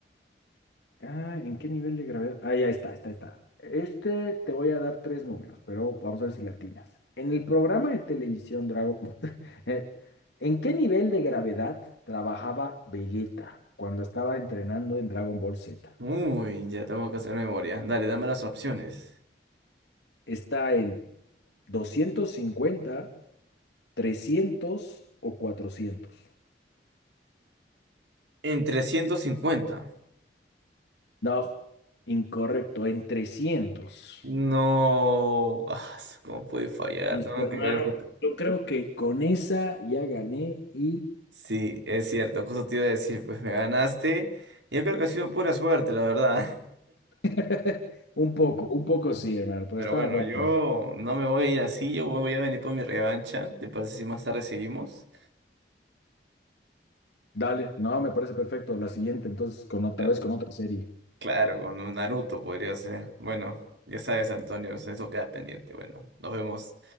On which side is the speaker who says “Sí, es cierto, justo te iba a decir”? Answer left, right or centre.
Right